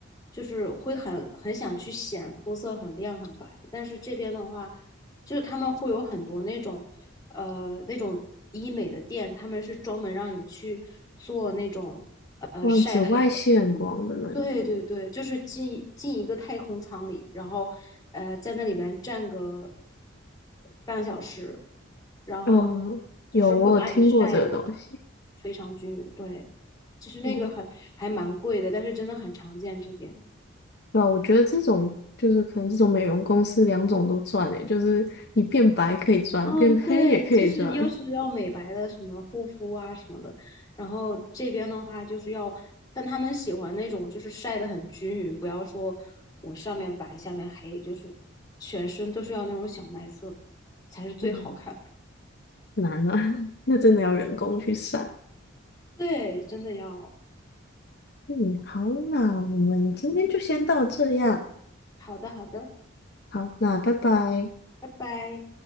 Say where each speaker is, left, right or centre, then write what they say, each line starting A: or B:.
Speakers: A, on the left; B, on the left.
A: 就是会很很想去显肤色很亮很白，但是这边的话，就是他们会有很多那种，呃，那种医美的店，他们是专门让你去做那种呃晒黑的。
B: 嗯，紫外线光的那个，
A: 对对对，就是进进一个太空舱里，然后呃，在那里面站个半个小时，然后
B: 嗯，
A: 就是会把你晒的
B: 有我有听过这个东西。
A: 非常均匀。对，就是那个很还蛮贵的，
B: 嗯。
A: 但是真的很常见这边。
B: 对啊，我觉得这种就是可能这种美容公司两种都赚诶，就是你变白可以赚，
A: 哦，
B: 变黑也可以赚。
A: 对，就是又是要美白的，什么护肤啊什么的，然后这边的话就是要，但他们喜欢那种就是晒得很均匀，不要说我上面白下面黑，就是全身都是要那种小麦色才是最好看的。
B: 嗯，<laughs> 难啊，<laughs> 那真的要人工去晒。
A: 对，真的要。
B: 嗯，好，那我们今天就先到这样。
A: 好的，好的，
B: 好，那拜拜。
A: 拜拜。